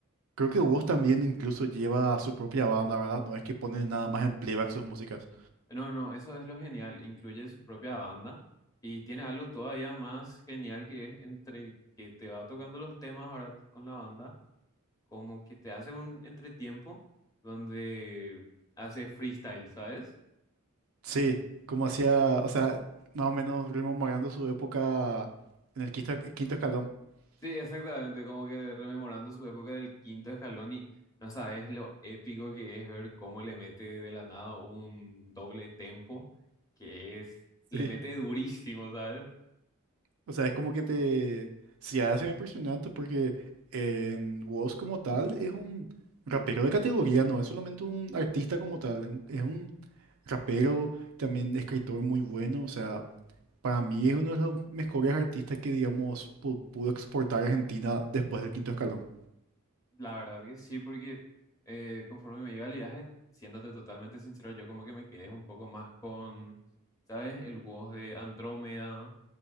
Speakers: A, on the right (about 70°); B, on the left (about 15°).
A: creo que vos también incluso lleva su propia banda, ¿verdad? No es que pone nada más en playback sus músicas.
B: No, no, eso es lo genial, incluye su propia banda y tiene algo todavía más genial que es entre que te va tocando los temas ahora con la banda. como que te hace un entretiempo donde hace freestyle, ¿sabes?
A: Sí, como hacía, o sea, más o menos rememorando su época en el quinto, quinto escalón. <laughs>
B: Sí, exactamente, como que rememorando su época del quinto escalón y no sabes lo épico que es ver cómo le mete de la nada un doble tempo, que es, le
A: Sí.
B: mete durísimo, ¿sabes?
A: O sea, es como que te... Se hace impresionante porque en Woz como tal es un rapero de categoría, no es solamente un artista como tal, es un, es un rapero, también escritor muy bueno, o sea, para mí es uno de los mejores artistas que, digamos, pu- pudo exportar a Argentina después del quinto escalón.
B: La verdad que sí, porque eh, conforme me iba el viaje, siéndote totalmente sincero, yo como que me quedé un poco más con, ¿sabes? El WoW de Andrómeda,